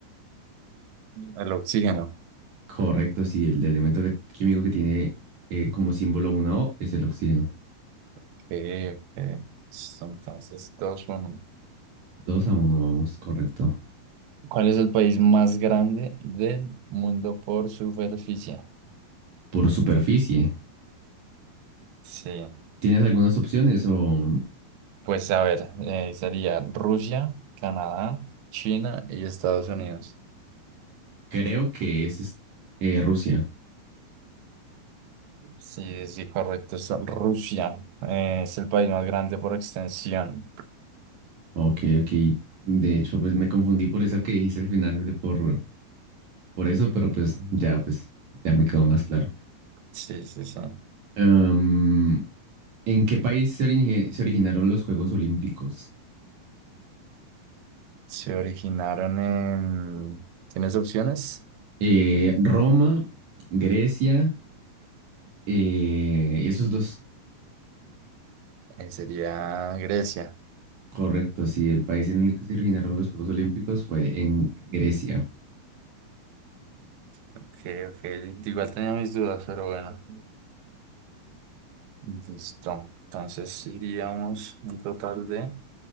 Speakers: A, on the right; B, on the right.
A: el oxígeno.
B: Correcto, sí, el elemento que- químico que tiene eh, como símbolo una O es el oxígeno.
A: Ok, ok. Entonces, dos, uno.
B: Dos a uno, vamos, correcto.
A: ¿Cuál es el país más grande del mundo por superficie?
B: Por superficie.
A: Sí.
B: ¿Tienes algunas opciones o
A: Pues a ver, eh, sería Rusia, Canadá, China y Estados Unidos.
B: creo que es es- eh, Rusia?
A: Sí, sí, correcto. Es Rusia eh, es el país más grande por extensión.
B: Ok, ok. De hecho, pues me confundí por eso que dijiste al final de por, por eso, pero pues ya, pues ya me quedó más claro.
A: Sí, sí, sí.
B: Em, ¿en qué país se, origi- se originaron los Juegos Olímpicos?
A: Se originaron en... ¿Tienes opciones?
B: Eh, Roma, Grecia, eh, esos dos.
A: Eh, sería Grecia.
B: Correcto, sí, el país en el que se originaron los Juegos Olímpicos fue en Grecia.
A: Ok, ok. Igual tenía mis dudas, pero bueno. Listo. Entonces iríamos un total de